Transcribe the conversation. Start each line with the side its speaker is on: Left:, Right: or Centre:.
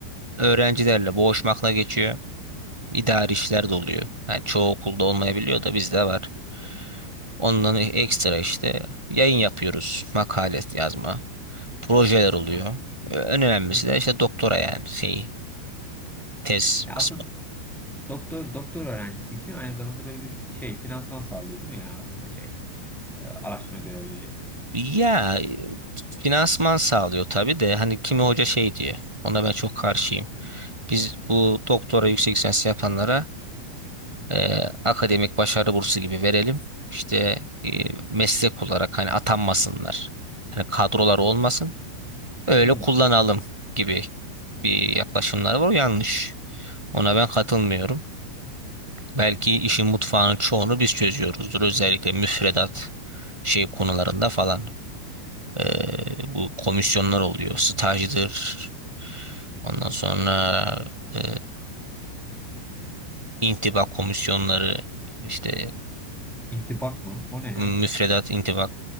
Right: öğrencilerle boğuşmakla geçiyor. İdari işler de oluyor. Yani çoğu okulda olmayabiliyor da bizde var. Ondan ekstra işte yayın yapıyoruz. Makale yazma. Projeler oluyor.
Centre: Ha.
Right: Ee, En önemlisi
Centre: Mesela
Right: de işte doktora yani şey tez
Centre: ya
Right: kısmı.
Centre: aslında doktor doktor öğrencisi için aynı zamanda böyle bir şey finansman sağlıyor değil mi ya aslında şey e, araştırma görevliliği.
Right: Ya e, finansman sağlıyor tabii de hani kimi hoca şey diyor. Ona ben çok karşıyım. Biz bu doktora yüksek lisans yapanlara e, akademik başarı bursu gibi verelim. İşte e, meslek olarak hani atanmasınlar. Hani kadrolar olmasın. Öyle
Centre: Hmm.
Right: kullanalım gibi bir yaklaşımlar var. O yanlış. Ona ben katılmıyorum. Belki işin mutfağının çoğunu biz çözüyoruzdur. Özellikle müfredat şey konularında falan. Ee, bu komisyonlar oluyor. Stajdır. Ondan sonra ee, intibak komisyonları işte
Centre: İntibak mı? O ne ya?
Right: müfredat intibak